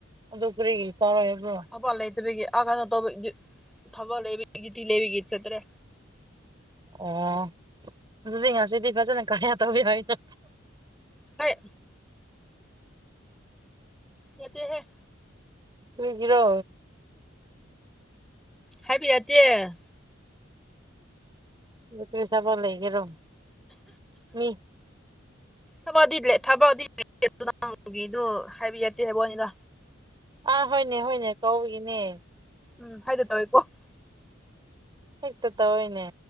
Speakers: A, on the right; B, in the centre.
A: ꯑꯗꯨ ꯀꯔꯤꯒꯤ ꯀꯥꯔꯣꯏ ꯍꯥꯏꯕ꯭ꯔꯣ
B: ꯊꯕꯛ ꯂꯩꯇꯕꯤꯒꯤ ꯑꯥ ꯀꯩꯅꯣ ꯇꯧꯕ ꯊꯕꯜ ꯂꯩꯕꯒꯤ ꯖꯤꯇꯤ ꯂꯩꯕꯤꯒꯤ ꯆꯠꯇ꯭ꯔꯦ
A: ꯑꯣ ꯑꯗꯨꯗꯤ ꯉꯁꯤꯗꯤ ꯐꯖꯅ ꯀꯔꯤꯌꯥ ꯇꯧꯕꯤꯌꯣ ꯍꯥꯏꯅ
B: ꯍꯣꯏ ꯌꯥꯗꯦ
A: ꯃꯤꯒꯤꯔꯣ꯫
B: ꯍꯥꯏꯕ ꯌꯥꯗꯦ꯫
A: ꯂꯀ꯭ꯔꯤ ꯁꯥꯕ ꯂꯩꯒꯦꯔꯣ ꯃꯤ꯫
B: ꯊꯕꯛꯗꯤ ꯊꯕꯛꯗꯤ ꯑꯗꯨ ꯅꯪꯒꯤꯗꯨ ꯍꯥꯏꯕꯤ ꯌꯥꯠꯇꯦ ꯍꯥꯏꯕꯅꯤꯗ꯫
A: ꯑꯥ ꯍꯣꯏꯅꯦ ꯍꯣꯏꯅꯦ ꯀꯧꯕꯒꯤꯅꯦ꯫
B: ꯎꯝ ꯍꯥꯏꯗꯣ ꯇꯧꯋꯦꯀꯣ꯫
A: ꯍ‌ꯦꯛꯇ ꯇꯧꯑꯦꯅꯦ꯫